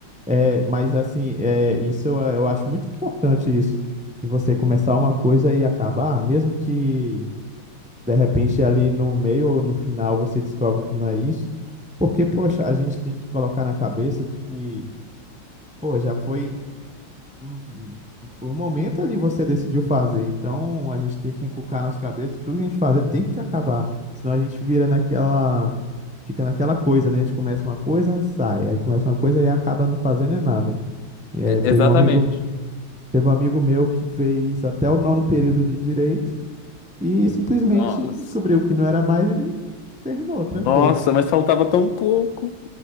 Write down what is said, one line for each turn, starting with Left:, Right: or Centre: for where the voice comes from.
Centre: É, mas assim, é, isso eu, eu acho muito importante isso, de você começar uma coisa e acabar, mesmo que de repente ali no meio ou no final você descobre que não é isso, porque, poxa,
Left: Uhum.
Centre: a gente tem que colocar na cabeça de que, pô, já foi Hum, Foi um momento ali você decidiu fazer, então a gente tem que inculcar nas cabeças que tudo que a gente fazer tem que acabar, senão a gente vira naquela, fica naquela coisa, né? A gente começa uma coisa, sai, aí começa uma coisa e acaba não fazendo é nada. É,
Left: E-
Centre: teve
Left: Exatamente.
Centre: um amigo, teve um amigo meu que fez até o nono período de direito e simplesmente
Left: Nossa.
Centre: descobriu que não era mais e terminou, trancou.
Left: Nossa, mas faltava tão pouco.